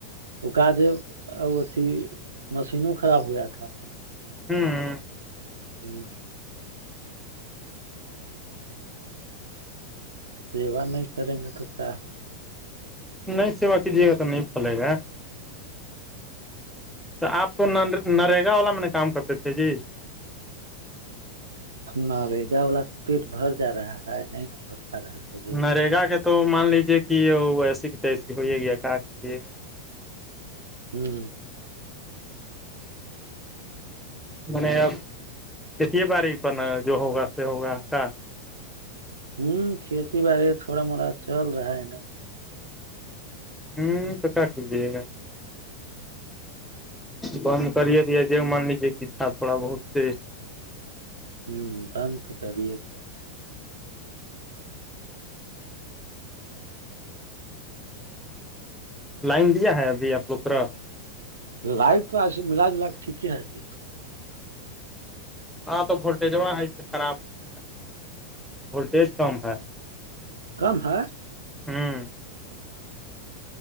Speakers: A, on the right; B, in the centre.
A: ا کا ج ا ا تھی مشینوں خراب ہوا تھا
B: ہوں ہ
A: ہوں سیوا نہیں کریں گے تو کیا ہوگا
B: نہیں سیوا کیجیے گا تو نہیں پھلے گا تو آپ کو نرگا والا میں کام کرتے تھے جی
A: ن ریگا والا س پیٹ بھر جا رہا ہے نہیں ن بھر پا رہا ہے جی
B: نرگا کے تو مان لیجیے کہ وہ ایسی ت ایسی ہوئیئے گییا کافے گا
A: ہوں
B: میں نے اب کھیت بڑ پر ن جو ہوگا سے ہوگا کا
A: ہوں کھیتی باڑی تھوڑا موٹا چل رہا ہے نا
B: ہوں تو کاٹ لیجیے گا بند کریے دیا ج مان لیجیے کہ تھا تھوڑا بہت سے
A: ہوں ب تو کرریتیا
B: لائن دیا ہے ابھی آپ لوگترا
A: لائٹ تو ایس ملا جلا کے ٹیک ہے جی
B: ہاں تو وولٹیجاں ہے اسے خراب نہیں وولٹیج کم ہے
A: کم ہے
B: ہوں